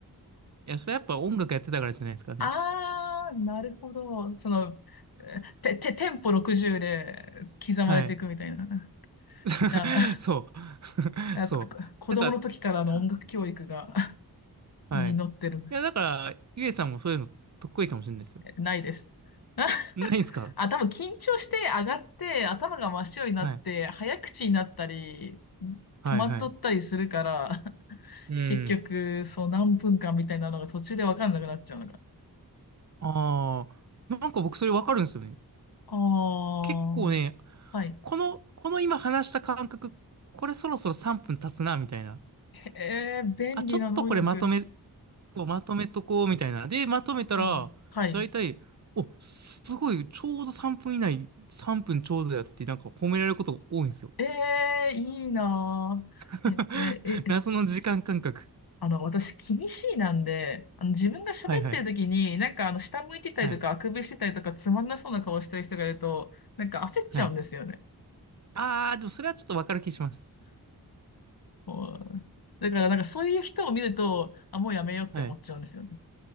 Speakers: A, on the right; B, on the left.
A: いや、それやっぱ音楽やってたからじゃないですかね。
B: あー、なるほど。その、えて、て、テンポ60で刻まれていくみたいな。
A: はい。<laughs>
B: じゃあ、
A: そう。
B: <laughs> あここ子供の時からの音楽教育が
A: <laughs> そう。なんか、た、
B: <laughs>
A: はい。
B: 実ってる。
A: い
B: ん
A: や、だから、ゆえさんもそういうの得意かもしれないですよ。
B: ないです。<laughs>
A: ないですか
B: あ、多分緊張して上がって頭が真っ白になって早口になったり
A: はい。はい、
B: 戸惑ったりするから
A: はい。
B: <laughs>
A: うん。
B: 結局そう何分間みたいなのが途中で分かんなくなっちゃうのが。
A: ああ、なんか僕それわかるんですよね。
B: ああ、
A: 結構ね、
B: はい。
A: この、この今話した感覚、これそろそろ3分経つな、みたいな。
B: えー、便利な能力。
A: あ、ちょっとこれまとめ、まとめとこう、みたいな。で、まとめたら、
B: あー、はい。
A: だいたい、お、すごい、ちょうど3分以内、3分ちょうどやって、なんか褒められることが多いんですよ。
B: えー、いいなー。
A: <laughs>
B: え、え、え、
A: 謎の時間感覚。
B: あの、私、気にしいなんで、あの、自分が喋ってる時に、
A: はいはい。
B: なんか、あの、下向いてたりとか、
A: はい。
B: あくびしてたりとか、つまんなそうな顔してる人がいると、なんか焦っちゃうんですよね。
A: はい。あー、でもそれはちょっとわかる気します。
B: こう、だからなんかそういう人を見ると、あ、もうやめようって思っちゃうんですよね。
A: はい。